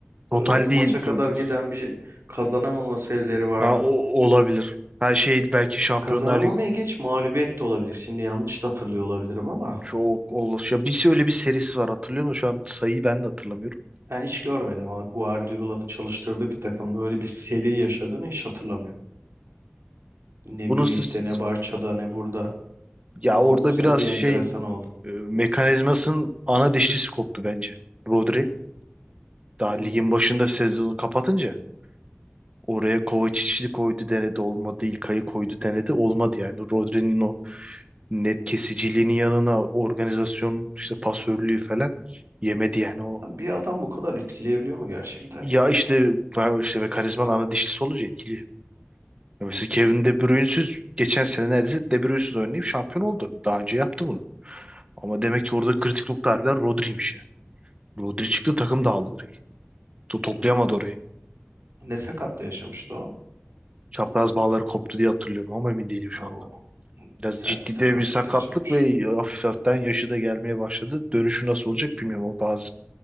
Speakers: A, on the right; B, on the right.
A: Total
B: Böyle 10 maça
A: değil.
B: kadar
A: bu- bu.
B: giden bir kazanamama serileri vardı.
A: Ha, o, olabilir. Her şey belki Şampiyonlar
B: Kazanamamaya
A: Ligi
B: geç mağlubiyet de olabilir. Şimdi yanlış da hatırlıyor olabilirim ama
A: çok olur. Ya bir öyle bir serisi var hatırlıyor musun? Şu an sayıyı ben de hatırlamıyorum.
B: Ben hiç görmedim ama Guardiola'nın çalıştırdığı bir takımda öyle bir seri yaşadığını hiç hatırlamıyorum. Ne
A: Bunu
B: Münih'te
A: siz-
B: ne Barça'da ne burada.
A: ya
B: Ama
A: orada
B: bu sene
A: biraz
B: bir
A: şey
B: enteresan oldu.
A: e, mekanizmasının ana dişlisi koptu bence. Rodri daha ligin
B: Hı hı.
A: başında sezonu kapatınca oraya Kovacic'i koydu denedi olmadı. İlkay'ı koydu denedi olmadı yani. Rodri'nin o net kesiciliğinin yanına organizasyon işte pasörlüğü falan yemedi yani o.
B: Ya bir adam bu kadar etkileyebiliyor mu gerçekten
A: Ya
B: ya?
A: işte ben işte mekanizmanın ana dişlisi olunca etkili. Ya Mesela Kevin De Bruyne'siz geçen sene neredeyse De Bruyne'siz oynayıp şampiyon oldu. Daha önce yaptı bunu. Ama demek ki orada kritik nokta harbiden Rodri'ymiş ya. Rodri çıktı takım dağıldı direkt. To- toplayamadı orayı.
B: Ne sakatlığı yaşamıştı o?
A: Çapraz bağları koptu diye hatırlıyorum ama emin değilim şu
B: Oo,
A: anda. Biraz
B: sert
A: ciddi
B: bir sakatlık
A: de bir sakatlık
B: geçirmiş.
A: ve hafif hafiften yaşı da gelmeye başladı. Dönüşü nasıl olacak bilmiyorum. O bazı